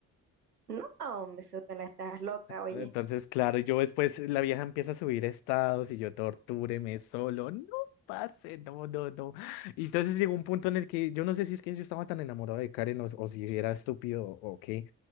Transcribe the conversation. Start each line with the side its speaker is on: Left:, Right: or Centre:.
Right: No, hombre, Isabela, estás loca, oye.
Left: Entonces, claro, yo después la vieja empieza a subir estados y yo tortúreme solo. No, parce, no, no, no. Y entonces llegó un punto en el que yo no sé si es que yo estaba tan enamorado de Karen o, o si era estúpido o qué,